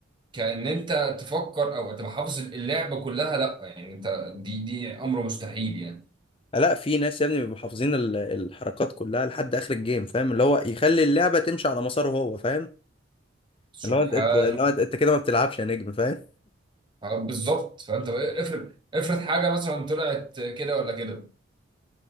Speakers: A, on the right (about 25°); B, on the left (about 25°).
A: كأن انت تفكر او تبقى حافظ اللعبه كلها لا يعني انت دي دي امر مستحيل يعني
B: لا في ناس يا ابني بيبقوا حافظين ال- الحركات كلها لحد اخر الجيم فاهم اللي هو يخلي اللعبه تمشي على مساره هو فاهم
A: سبحان
B: اللي هو انت انت- اللي هو انت أنت كده ما بتلعبش يا نجم فاهم
A: آه، بالظبط فانت بقى افرض افرض حاجه مثلا طلعت كده ولا كده